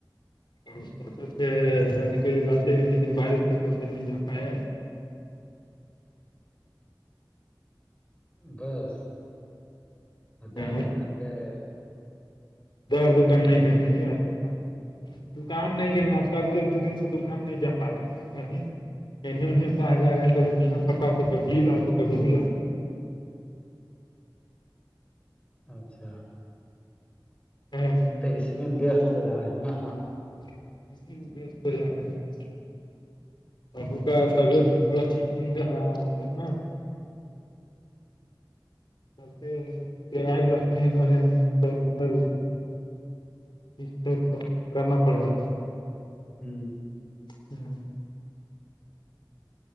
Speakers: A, on the left; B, on the left.
A: اور سوچتے تھ جانے کے لیے ڈالتے نہیں لیکن بارش سے چلتے نہیں جا پائے
B: بس ادار
A: ہیں۔
B: دکان گئے
A: دو اور دکان نہیں گئے ہیں جی آک کا دکان نہیں گنا چبد ایک دو دن سے دکان نہیں جا پا رہے ہیں گی ان ای باز جا ہے پٹاؤ کھی لاؤ کب ر لاؤ
B: اچھا
A: ہاں
B: تو اس میں وست ہو جا رہے ہے نا
A: <unintelligible> ابو کا طبیعت بھی تھوڑا ٹھیک نہیں رہا ہے آج کل نا تے کرل رہتے ہیں گارے ہمھر اس س کرنا پڑ جاتا
B: ہوں
A: ہوں